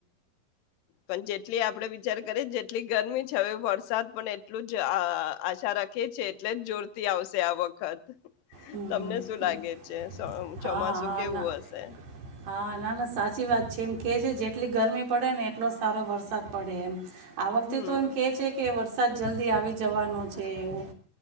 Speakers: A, on the left (about 85°); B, on the right (about 85°).
A: પણ જેટલી આપડે વિચાર કરીએ જેટલી ગરમી છે હવે વરસાદ પણ એટલું જ અ આશા રાખીએ એટલે જ જોરતી આવશે આ વખત,
B: હમ હમ
A: તમને શું
B: હમ.
A: લાગે છે? સો-
B: હા,
A: ચોમાસું
B: હા,
A: કેવું
B: ના,
A: હશે
B: હા, ના ના સાચી વાત છે. એમ કે છે જેટલી ગરમી પડે ને એટલો સારો વરસાદ પડે એમ. આ વખતે
A: હમ
B: તો એમ કે છે કે વર સાદ જલ્દી આવી જવાનો છે એવું